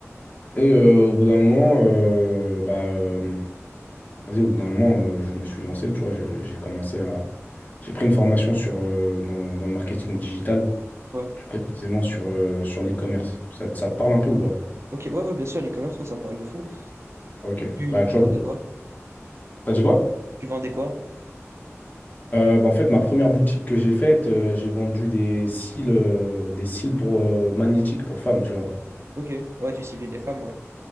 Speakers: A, on the left; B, on the right.
A: Et euh, au bout d'un moment, euh, bah, euh, vas-y, au bout d'un moment, euh, je me suis lancé, tu vois, je- j'ai commencé à... J'ai pris une formation sur, euh, dans, dans le marketing digital,
B: Ouais.
A: plus précisément sur, euh, sur l'e-commerce. Ça, te- ça te parle un peu ou pas?
B: Ok ouais, ouais bien sûr l'e-commerce ouais, ça me parle de fou.
A: Ok.
B: Tu,
A: Bah,
B: tu
A: tu
B: vendais
A: vois,
B: quoi?
A: t'as dit quoi?
B: Tu vendais quoi?
A: Euh, bah, en fait, ma première boutique que j'ai faite, euh, j'ai vendu des cils, euh, des cils pour, euh, magnétiques pour femmes, tu vois.
B: Ok ouais tu ciblais les femmes ouais.